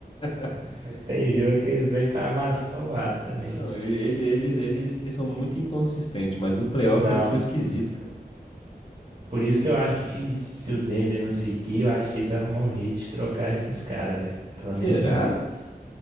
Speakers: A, on the left; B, on the right.
A: <laughs>
B: mas tem jogo que eles vêm pra amassar o aro também.
A: Não, ele, ele- eles, eles, eles são muito inconsistentes, mas no playoff
B: Então,
A: eles são esquisitos, cara.
B: Por isso que eu acho que se o Denver não seguir, eu acho que eles vão arrumar um jeito de trocar esses caras, velho. Pelo
A: Será?
B: menos um deles.